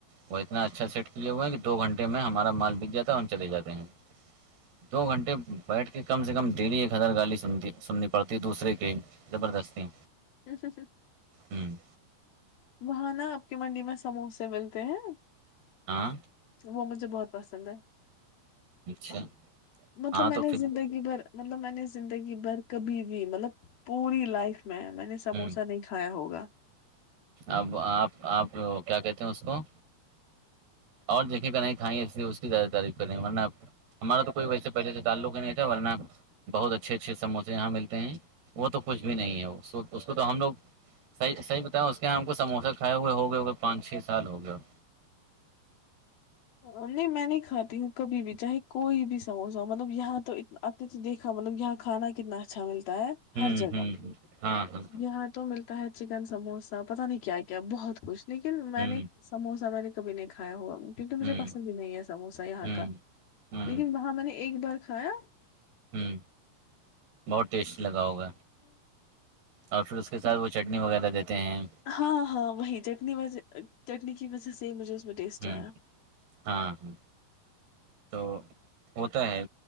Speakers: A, on the right; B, on the left.
A: وہ اتنا اچھا سٹ کیے ہو ہے کہ دو گھنٹے میں ہمارا مال بک جاتا ہے اور چلے جاتے ہیں دو گھنٹے بیٹھ کے کم سے کم ڈیلی ایک ہزار گالی سنتی سننی پڑتی ہے دوسرے کے زبردستی
B: جیس سے <unintelligible>
A: ہوں
B: وہاں نا آپ کی منڈی میں سموسے ملتے ہیں
A: آاں
B: وہ مجھے بہت پسند ہے
A: اچھا
B: مطلب
A: ہاں
B: میں
A: تو
B: نے
A: پھر
B: زندگی بھر مطلب میں نے زندگی بھر کبھی بھی مطلب پوری لائف میں میں نے سموسہ
A: ہ
B: نہیں کھایا ہوگا
A: اب آپ آپ کیا کہتے ہیں اس کو اور جھ کہیں کھائیسی اس کییادہ تعریف کریں گے ورنہ آ کو ہمارا تو کوئی ویسےہلے سے تعلق نہیں تھا ورنہ بہت اچھے اچھے سموسے یہاں ملتے ہیں وہ تو کچھ بھی نہیں ہے اس کو تو ہم لوگ صح بتایاوں اس کے یہ ہم کو سوسہ کھائے ہوئے ہو گیا ہو گے پانچ چھ سال ہو گیا ہو
B: نہیں میں نہیں کھاتی ہوں کبھی بھی چاہے کوئی بھی سموسہ ہو مطلب یہاں تو اتنا آتے تھ دیکھا مطلب یہاں کھانا کتنا اچھا ملتا ہے
A: ہوں
B: ہر جگہ
A: ہوں ہاں ہاں
B: یہاں تو ملتا ہے چکن سموسا پتا نہیں کیا کیا بہت کچھ لیکن میں
A: ہوں
B: نے سموسا میں نے بھی نہیں کایا ہوا کی مجھے
A: ہوں
B: پس بھی نہیں ہے سموسا یہاں
A: ہوں
B: کا
A: ہوں
B: لیکن وہاں میں نے ایک بار کھایا
A: ہوں بہت ٹیسٹ لگا ہوگا اور پھر اس کے ساتھ وہ چٹنی وغیرہ دیتے ہیں
B: ہاں ہاں وہی چٹنی وج چٹنی کی وجہ سے مجھے اس میں ٹیسٹ
A: ہوں
B: آیا
A: ہاں ہاں تو ہوتا ہے